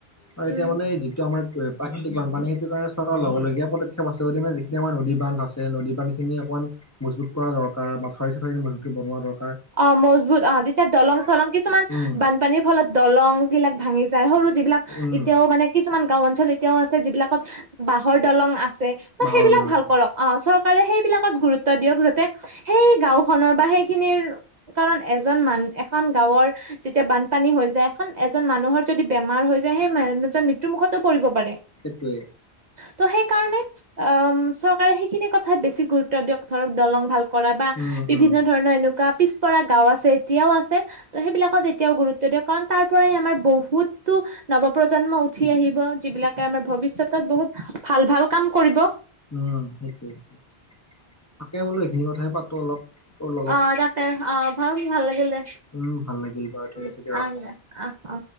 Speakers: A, on the left; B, on the right.
A: আৰু
B: উম
A: এতিয়া মানে যিটো আমাৰ প্ৰাকৃতিক বানপানী সেইটো কাৰণে চৰকাৰে ল'ব লগীয়া। পদক্ষেপ আছে যিখিনি আমাৰ নদী বান্ধ আছে নদী বান্ধ খিনি অকণমান মজবুত কৰা দৰকাৰ মথাউৰি, চথাউৰি মজু বনোৱাৰ
B: অ মজবুত অ তেতিয়া দলং চলং কিছুমান
A: উম
B: বানপানীৰ ফলত দলং বিলাক ভাঙি যায় সৰু যিবিলাক
A: উম
B: এতিয়াও মানে কিছুমান গাঁও অঞ্চল এতিয়াও আছে যিবিলাকত বাঁহৰ দলং
A: বাঁহৰ
B: সেইবিলাক
A: দলং
B: ভাল
A: আছে
B: কৰক অ চ সেইবিলাকত গুৰুত্ব দিয়ক যাতে সেই গাঁওখনৰ বা সেইখিনিৰ কাৰণ এজন মান এখন গাঁৱৰ যেতিয়া বানপানী হৈ যায় এখন এজন মানুহৰ যদি বেমাৰ হৈ যায় সেই মানুহ জন মৃত্যু মুুখতো পৰিব পাৰে
A: সেইটোৱে
B: ত সেইকাৰণে অ চৰকাৰে সেইখিনি কথাত বেছি গুৰুত্ব দিয়ক ধৰক দলং ভাল কৰা বা
A: উম
B: বিভিন্ন
A: উম
B: ধৰণৰ এনেকুৱা পিছপৰা গাওঁ আছে এতিয়াও আছে ত' সেইবিলাকত এতিয়াও গুৰুত্ব দিয় কাৰণ তাৰ পৰাই আমাৰ বহুতো নৱ প্ৰজন্ম উঠি আহিব যিবিলাকে আমাৰ ভৱিষ্যতত বহুত ভাল ভাল কাম কৰিব।
A: উম সেইটোৱে সেইটো তাকে বোলো এইখিনি কথাইে পাতো অলপ। তোৰ লগত
B: অ তাকে অ ভাল ভাল লাগিল দে,
A: উম ভাল লাগিল বাৰু ঠিক
B: উ
A: আছে দিয়া ৰাখো।
B: আ অ অ